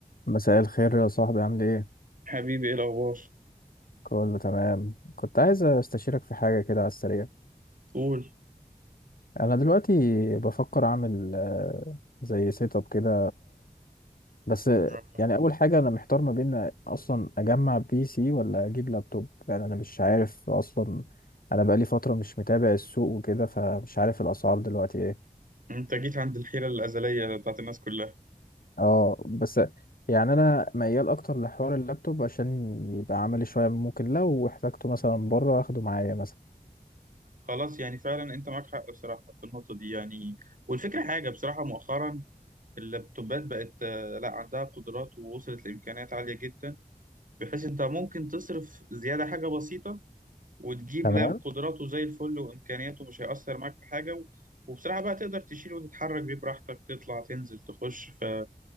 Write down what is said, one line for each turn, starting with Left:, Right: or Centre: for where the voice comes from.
Left: مساء الخير يا صاحبي عامل ايه؟
Right: حبيبي ايه الاخبار
Left: كله تمام كنت عايز استشيرك في حاجة كده على السريع
Right: قول
Left: انا دلوقتي بفكر اعمل آه، زي سيت اب كده بس
Right: يلا.
Left: يعني اول حاجة انا محتار ما بين اصلا اجمع بي سي ولا اجيب لابتوب يعني انا مش عارف اصلا انا بقالي فترة مش متابع السوق وكده فمش عارف الاسعار دلوقتي ايه
Right: انت جيت عند الحيره الازليه بتاعت الناس كلها
Left: اه بس يعني انا ميال اكتر لحوار اللابتوب عشان يبقى عملي شوية ممكن لو احتاجته مثلا بره اخده معايا مثلا
Right: خلاص يعني فعلا انت معاك حق بصراحه في النقطه دي يعني والفكره حاجه بصراحه مؤخرا اللابتوبات بقت آه، لا عندها قدرات ووصلت لامكانيات عاليه جدا بحيث انت ممكن تصرف زياده حاجه بسيطه وتجيب
Left: تمام
Right: لاب قدراته زي الفل وامكانياته مش هيأثر معاك في حاجه و- وبصراحه بقى تقدر تشيل وتتحرك بيه براحتك تطلع تنزل تخش فغير